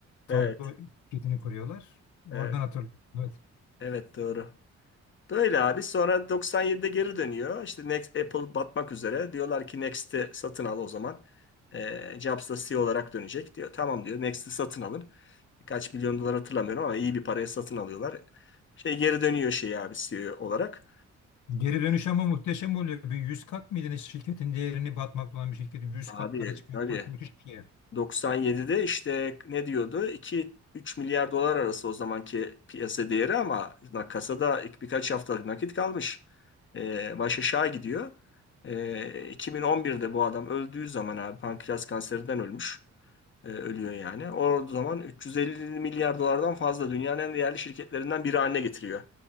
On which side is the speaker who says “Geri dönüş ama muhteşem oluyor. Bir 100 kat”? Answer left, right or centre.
Left